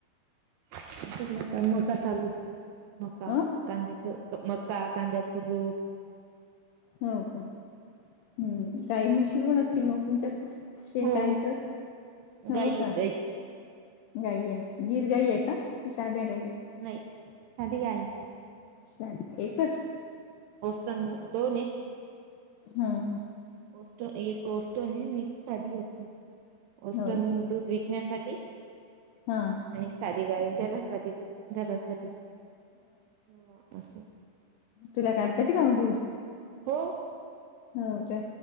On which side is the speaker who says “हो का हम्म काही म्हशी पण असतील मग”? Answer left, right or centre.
Left